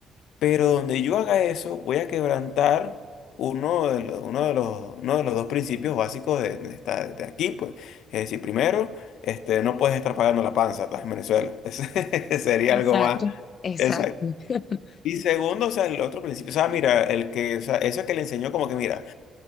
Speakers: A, on the left; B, on the left.
A: Pero donde yo haga eso, voy a quebrantar uno de los, uno de los, uno de los dos principios básicos de, de esta- de aquí, pues. Es decir, primero, este, no puedes estar pagando la panza, estás en Venezuela. <laughs> Ese sería
B: Exacto.
A: algo más.
B: Exacto.
A: Exacto.
B: <laughs>
A: Y segundo, o sea, el otro principio, o sea, mira, el que, o sea, eso que le enseñó como que, mira,